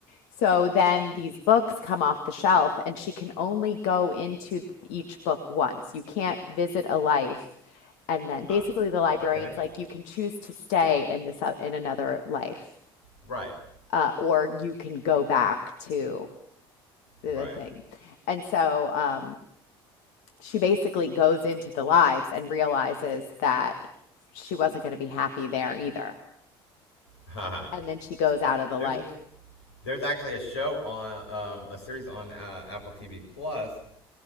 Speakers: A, on the left; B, on the left.
A: So then these books come off the shelf, and she can only go into each book once. You can't visit a life. And then
B: Ah.
A: basically the librarian's
B: okay.
A: like, you can choose to stay in this in another life,
B: Right.
A: uh, or you can go back to the
B: Right.
A: thing. And so, um, she basically goes into the lives and realizes that she wasn't going to be happy there either.
B: Haha.
A: And then she goes out of the
B: there's
A: life.
B: a there's actually a show on um, a series on uh, Apple TV Plus